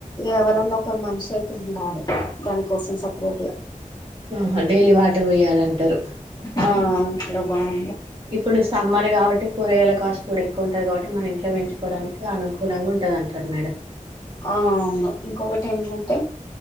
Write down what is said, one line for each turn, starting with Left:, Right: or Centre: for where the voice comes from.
Left: ఎవరన్నా ఒక మనిషి అయితే ఉండాలి దానికోసం సపరేట్గా
Right: ఆ డైలీ వాటర్ పోయ్యాలంటారు
Left: ఆ ఇగ బాగు
Right: ఇప్పుడు సమ్మర్ కాబట్టి కూరగాయల కాస్ట్ కూడా ఎక్కు ఎక్కువ ఉంటది కాబట్టి మన ఇంట్లో పెంచుకోవడానికి అనుకూలంగా ఉంటాది అంటారు మేడం
Left: ఆ అవును ఇంకొకటి ఏంటంటే